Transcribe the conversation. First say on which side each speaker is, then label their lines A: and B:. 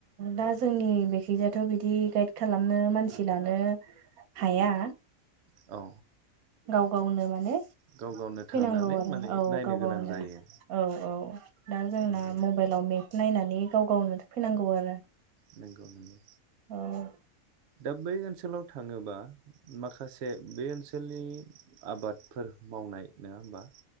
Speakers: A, on the right; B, on the right.
A: दा जोंनि बिखै जायथ' बिदि गाइद खालामनो मानसि लानो हाया।
B: औ।
A: गाव गावनो माने
B: गाव गावनो थांनानै
A: फैनांगौ आरो
B: माने
A: औ
B: नायनो
A: गाव गावनो
B: गोनां जायो।
A: औ औ दा जोंना
B: नंगौ
A: मबाइलाव मेप नायनानै गाव गावनो फैनांगौ आरो।
B: नंगौ नंगौ
A: औ
B: दा बै ओनसोलाव थाङोबा माखासे बे ओनसोलनि आबादफोर मावनाय नङा होमबा